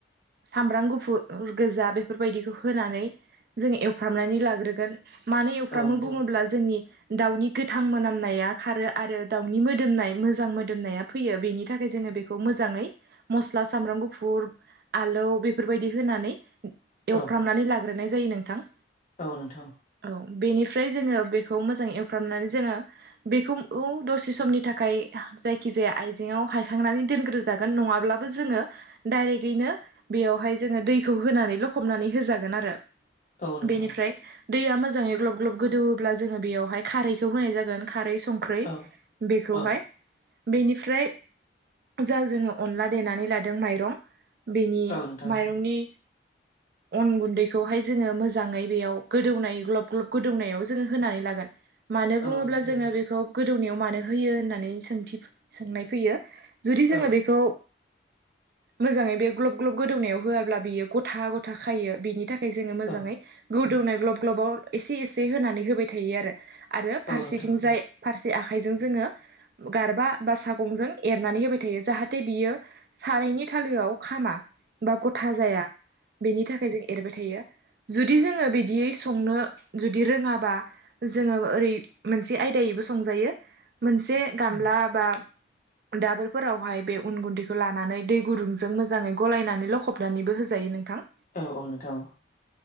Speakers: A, on the right (about 55°); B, on the left (about 45°).
A: सामब्राम गुफुर ओ गोजा बेफोरबायदिखौ होनानै जोङो एवफ्रामनानै लाग्रोगोन मानो एवफ्रामनो
B: औ नोंथां
A: बुङोब्ला जोंनि दाउनि गोथां मोनामनाया खारो आरो दाउनि मोदोमनाय मोजां मोदोमनाया फैयो बेनि थाखाय जोङो बेखौ मोजाङै मस्ला सामब्राम गुफुर आलौ बेफोरबायदि होनानै एवफ्रामनानै
B: औ
A: लाग्रोनाय जायो नोंथां
B: औ नोंथां
A: औ बेनिफ्राय जोङो बेखौ मोजाङै एवफ्रामनानै जोङो बेखौ औ दसे समनि थाखाय जायखिजाया आइजेंआव हा खांनानै दोनग्रो जागोन नङाब्लाबो जोङो दायरेकयैनो बेयावहाय जोङो दैखौ होनानै हमनानै होजागोन आरो
B: औ नोंथां
A: बेनिफ्राय दै मोजांयै ग्लब ग्लब गोदौवोब्ला जोङो बेयावहाय खारैखौ होनाय जागोन खारै संख्रै
B: औ
A: बेखौहाय
B: औ
A: बेनिफ्राय जा जोङो अनला देनानै लादों माइरं बेनि
B: औ नोंथां
A: माइरंनि अन गुन्दैखौहाय जोङो मोजाङै बेयाव गोदौनाय ग्लब ग्लब गोदौनायाव जोङो होनानै लागोन मानो
B: औ
A: बुङोब्ला
B: नोंथां
A: जोङो बेखौ गोदौनायाव मानो होयो होननानै सोंथि सोंनाय फैयो जुदि जोङो
B: औ
A: बेखौ मोजाङै बे ग्लब ग्लब गोदौनायाव होआब्ला बियो गथा गथा खायो बेनि थाखाय खाय जोङो मोजाङै
B: औ नोंथां औ नोंथां औ
A: गोदौनाय ग्लब ग्लबाव एसे एसे होनानै होबाय थायो आरो आरो फारसेथिंजाय
B: उम औ
A: फारसे आखाइजों जोङो गारबा बा सागंजों ए रनानै होबाय थायो जाहाथे बियो सारायनि थालोआव खामा बा गथा जाया बेनि थाखाय जों एरबाय थायो। जुदि जोङो बिदियै संनो जुदि रोङाबा जोङो ओरै मोनसे आयदायैबो संजायो मोनसे गामला बा दाबोरफोरावहाय बे उन गुन्दैखौ लानानै दै गुदुंजों मोजाङै गलायनानै लखबनानैबो होजायो नोंथां।
B: औ औ नोंथां औ।